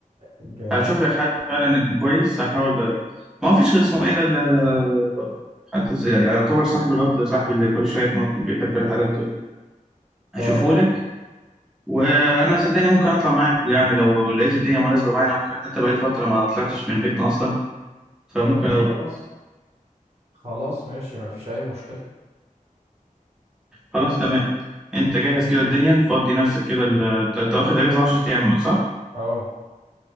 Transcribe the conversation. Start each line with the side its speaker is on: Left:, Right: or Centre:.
Right: جامد
Centre: هشوف لك حد فعلا يكون كويس هحاول ما فيش غير اسمه إيه ده اللي- حتى س- يعني يعتبر صاحب الواد ده، صاحبي اللي كل شوية يتنطط بيحب الرحلات ده هشوفهولك
Right: اه اه
Centre: وأنا صدقني ممكن أطلع معاك ويعني لو لقيت الدنيا مناسبة معايا أنا ممكن حتى بقالي فترة ما طلعتش من بيتنا أصلا فممكن أروح
Right: خلاص خلاص ماشي مفيش اي مشكله
Centre: خلاص تمام انت جهز كده الدنيا فضي نفسك كده ال- انت أنت واخد اجازه 10 ايام صح
Right: اه